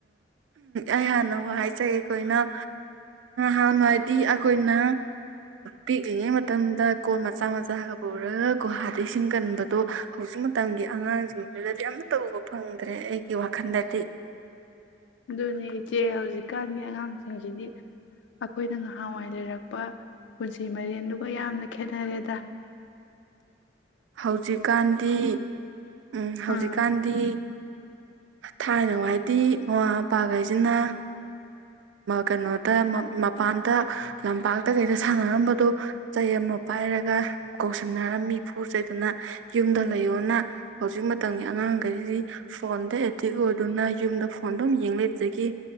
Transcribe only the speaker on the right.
ꯑꯩ ꯍꯥꯟꯅ ꯍꯥꯏꯖꯒꯦ ꯑꯩꯈꯣꯏꯅꯥꯟ ꯍꯥꯟꯅ ꯍꯥꯏꯗꯤ ꯑꯩꯈꯣꯏꯅ ꯄꯤꯛꯂꯤꯉꯩ ꯃꯇꯝꯗ ꯀꯣꯣꯟ ꯃꯆꯥ ꯃꯆꯥꯒ ꯄꯨꯔꯒ ꯒꯨꯍꯥꯗꯒꯤ ꯏꯁꯤꯡ ꯀꯟꯕꯗꯣ ꯍꯧꯖꯤꯛ ꯃꯇꯝꯒꯤ ꯑꯉꯥꯡꯁꯤꯡꯗꯨꯗꯗꯤ ꯑꯃꯇ ꯎꯕ ꯐꯪꯗ꯭ꯔꯦ ꯑꯩꯒꯤ ꯋꯥꯈꯜꯗꯗꯤ
ꯍꯧꯖꯤꯛꯀꯥꯟꯗꯤ ꯎꯝ ꯍꯧꯖꯤꯛꯀꯥꯟꯗꯤ
ꯊꯥꯏꯅ ꯍꯥꯏꯗꯤ ꯃꯃꯥ ꯃꯄꯥꯈꯩꯁꯤꯅ ꯀꯩꯅꯣꯗ ꯃꯄꯥꯟꯗ ꯂꯝꯄꯥꯛ ꯇ ꯀꯩꯗ ꯁꯥꯟꯅꯔꯝꯕꯗꯨꯣ ꯆꯩ ꯑꯃ ꯄꯥꯏꯔꯒ ꯀꯧꯁꯟꯅꯔꯝꯃꯤ ꯐꯨ ꯆꯩꯗꯅ ꯌꯨꯝꯗ ꯂꯩꯌꯣꯅ ꯍꯧꯖꯤꯛ ꯃꯇꯝꯒꯤ ꯑꯉꯥꯡꯈꯩꯁꯤ ꯐꯣꯟꯗ ꯑꯦꯗꯤꯛ ꯑꯣꯏꯗꯨꯅ ꯌꯨꯝꯗ ꯐꯣꯟ ꯑꯗꯨꯝ ꯌꯦꯡꯕꯗꯒꯤ